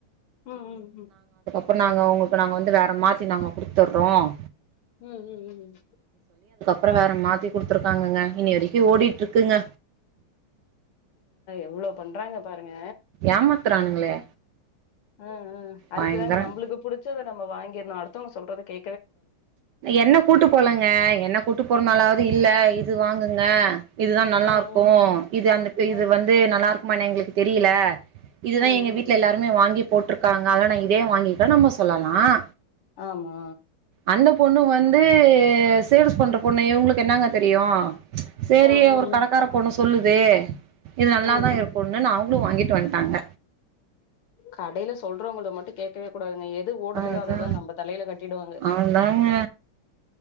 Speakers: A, on the left; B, on the right.
A: ம் ம் ம்
B: அப்புறம் நாங்கள் உங்களுக்கு நாங்கள் வந்து வேறு மாத்தி நாங்கள் கொடுத்துட்றோம்
A: உம் உம் உம் உம்
B: அப்புறம் வேற மாத்தி கொடுத்துருக்காங்க இனி வரை ஓடிட்டு இருக்குங்க
A: இவ்ளோவ் பண்றாங்க பாருங்க
B: ஏமாத்துறானுங்களே
A: ம்ம் அதுக்குதாங்க
B: பயங்கரம்
A: நம்ளுக்கு புடு நம்ம வாங்கிருனும் அடுத்தவங்க சொல்றத கே
B: என்னெ கூட்டு போலேங்க என்னெ கூட்டு போறனாலாவது இல்ல இது வாங்குங்க இதுதான் நல்லா
A: ம்
B: இருக்கும்
A: ம்
B: இது அந்த இது
A: ம்
B: வந்து நல்லா இருக்கும் ஆமா ந எங்களுக்கு தெரியல இதுதான்
A: ம்
B: எங்க
A: ம்
B: வீட்டுல எல்லாருமே
A: ம்
B: வாங்கி போட்டிருக்காங்க அத நான் இதே வாங்கிக்கேன் நம்ம சொல்லலாம்
A: ஆமா
B: அந்த பொண்ணு வந்து சேல்ஸ் பண்ற பொண்ணு இவங்களுக்கு என்னங்க தெரியும் சேரி
A: ம் ம்
B: ஒரு கடக்கார பொண்ணு சொல்லுது சே இது நல்லாதான்
A: ம் ம்
B: இருக்கும்னு நான் வாங்கிட்டு வந்துட்டாங்க
A: கடையில சொல்றோவங்களே மட்டும் கேட்கவே ங்க எது ஓடலையோ
B: அதா
A: அத தான் நம்ம தலையில கட்டிடுவாங்க
B: அதாங்க